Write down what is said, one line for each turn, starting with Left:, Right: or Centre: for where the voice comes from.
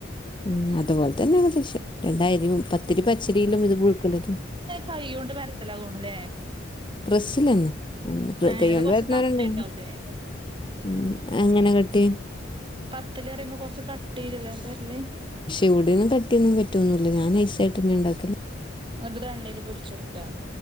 Left: ഉം അതുപോലെ തന്നെ ഏകദേശം രണ്ടരിയും പത്തിരി പച്ചരിയിലും ഇത് പുഴുക്കലരിയിലും
Right: കൈയ്യോണ്ട് പരത്തല തോൻണ് ലേ
Left: പ്രസ്സ്ലന്നെ, തന്നെ
Right: ഏഹ്
Left: കയ്യോണ്ട്
Right: ഇത് കൊറച്ച്
Left: പരത്തണോരിണ്ട്
Right: കട്ടി ഉണ്ടാവൂലേ
Left: ഉം, എങ്ങനെ കെട്ടി?
Right: പത്ത്ല് അറിയുമ്പോ കൊറച്ച് കട്ടീല് അല്ലേ ബര്ല്
Left: ഇവിടൊന്നും കട്ടിയൊന്നും പറ്റൊന്നുല്ല. ഞാൻ നൈസായിട്ടന്നെ ഇണ്ടാക്കല്.
Right: ങ്ങട്ട്ത് ഒരെണ്ണേല് പൊരിച്ചെടുക്കാ.